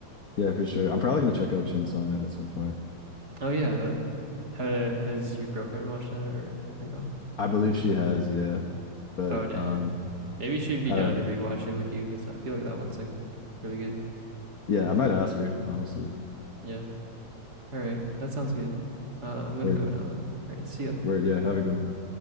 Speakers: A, on the left; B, on the right.
A: Yeah, for sure. I'm probably gonna check out Chainsaw Man at some point.
B: Oh yeah, that ha has your girlfriend watched that or, or no?
A: I believe she has, yeah. But
B: Oh dang.
A: um
B: Maybe she'd be
A: I
B: down
A: don't
B: to
A: know.
B: rewatch it with you because I feel like that one's like really good.
A: Yeah,
B: I don't
A: I might
B: know.
A: ask her, honestly.
B: Yeah. All right. That sounds good. Uh, I'm gonna
A: Word,
B: go now though. All right. See ya.
A: word, yeah, have a good one, bro.